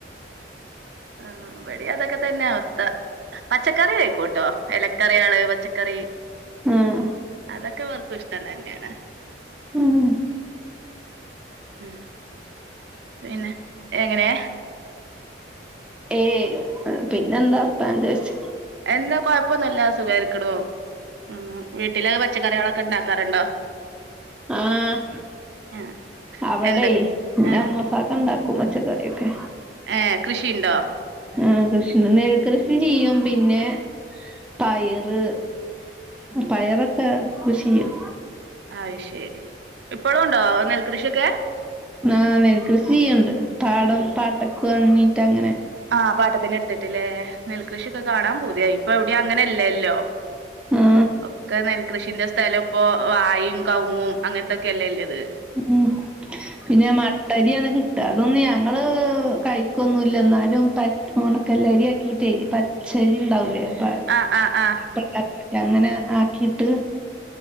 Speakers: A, on the right; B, in the centre.
A: ആഹ് ഇവടേം അതൊക്കെ തന്നെ അവസ്ഥ പച്ചക്കറി കഴിക്കൂട്ടോ എലക്കറീകള് പച്ചക്കറി
B: ഉം
A: അതൊക്കെ ഇവർക്കും ഇഷ്ടം തന്നെയാണ്
B: ഉം
A: ഉം പിന്നെ എങ്ങനെ
B: ഏയ് പിന്നെന്താപ്പാന്ന് ചോയിച്ചു
A: എന്താ കൊഴപ്പൊന്നുല്ല സുഖാരിക്ക്ണു ഉം വീട്ടില് പച്ചക്കറികളൊക്കെ ഇണ്ടാക്കാറുണ്ടോ
B: ആഹ്
A: ആഹ്
B: അവടെ
A: എന്തൊക്കെ
B: പിന്നെ
A: ഏ
B: മോസാക്ക ഇണ്ടാക്കും പച്ചക്കറിയൊക്കെ
A: ഏഹ് കൃഷിയ്ണ്ടോ
B: ആഹ് കൃഷി നെൽ കൃഷി ചെയ്യും പിന്നെ പയറ് പയറക്കെ കൃഷി ചെയ്യും
A: അയ് ശെരി ഇപ്പഴും ഒണ്ടോ നെൽകൃഷിയൊക്കെ
B: ആഹ് നെൽ കൃഷി ചെയ്യണ്ട് പാടം
A: ഉം
B: പാട്ടക്ക് വാങ്ങിട്ട് അങ്ങനെ
A: ആഹ് പാട്ടത്തിന് എടുത്തിട്ടില്ലേ നെൽകൃഷിയൊക്കെ കാണാൻ പൂതിയായി ഇപ്പോ എവടേം അങ്ങനെയില്ലല്ലോ
B: ആ
A: ഒക്കെ നെൽ കൃഷിന്റെ സ്ഥലം ഇപ്പോ വായും കവുങ്ങും അങ്ങനത്തെക്കെയല്ലേല്ലത്
B: ഉം പിന്നെ മ ട്ടരിയാണ് കിട്ടുക അതൊന്നും ഞങ്ങള് കഴിക്കുവൊന്നുല്ല എന്നാലും പ ഒണക്കെല്ലരിയാക്കിട്ടേ പ ച്ചരിണ്ടാവുലെ <unintelligible>
A: ആഹ് ആഹ് ആഹ്
B: അങ്ങനെ ആക്കിട്ട്